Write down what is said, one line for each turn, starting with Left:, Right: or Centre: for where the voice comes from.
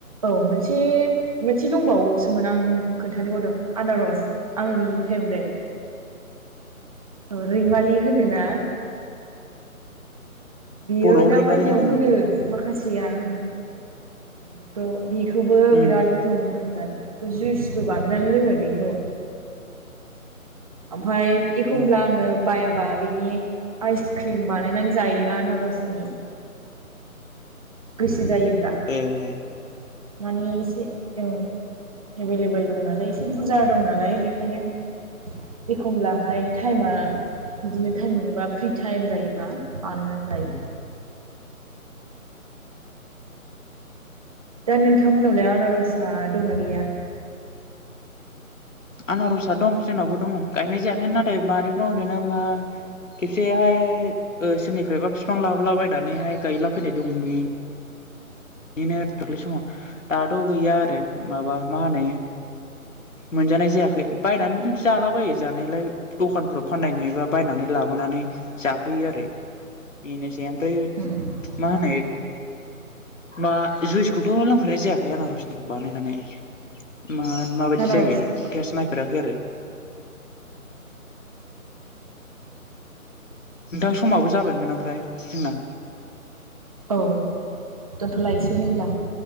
Right: औ मोनसे एसे मोनसे दंबावोसोमोन आं खोन्थानोबावदों आनारस आंनि फेभरेट। औ रैमालि होनोना बियो
Left: बर'आव
Right: दा
Left: रैमालि
Right: बायदियाव
Left: होनो
Right: मोनो
Left: औ
Right: माखासेया आं बिखौ बेखौबो
Left: उम
Right: बिराद गोथाव मोनो आं द बे जुइसबो बानायनानै लोङो बेखौ। ओमफाय एखमब्ला
Left: उम
Right: आङो बायाबा बिनि आइसक्रिम बानायनानै जायो आनारसनि गोसो जायोब्ला
Left: ए ए।
Right: मानि एसे औ। एभेलेबोल दं नालाय एसे बुरजा दं नालाय बेखायनो एखमब्लाहाय टाइमा बिदिनो टाइम मोनोबा फ्रि टाइम जायोबा बानायनानै जायो। दा नोंथांमोनावलाय आनारसा दंना गैया?
Left: आनारसआ दं जोंनावबो दङ' गायनाय जायाखै नाथाय मारिफ्राव ओरैनो मा खेबसेहाय ओ सोरनिफ्रायबा बिफां लाबोलाबायनानैहाय गायला फैनाय दं बे बिदिनो दाख्लै समाव दाथ' गैया आरो माबा मा होनो
Right: <inaudible>
Left: मोनजानाय जायाखै बायनानै जालाबायो जानायलाय दखानफ्राव फाननाय नुयोबा बायनानै लाबोनानै जाफैयो आरो। बेनिसै ओमफ्राय
Right: उम
Left: मा होनो मा जुइसखौथ' लोंफैनाय जायाखै आनारसनिखौ बानायनानै। मा माबायदि
Right: आनारसनिखौ
Left: जायो टेस्ट नायफेराखै आरो। नोंथां समाबो जाबायमोन ओमफ्राय जोंना।
Right: औ दोनथ'लायसै होनब्ला।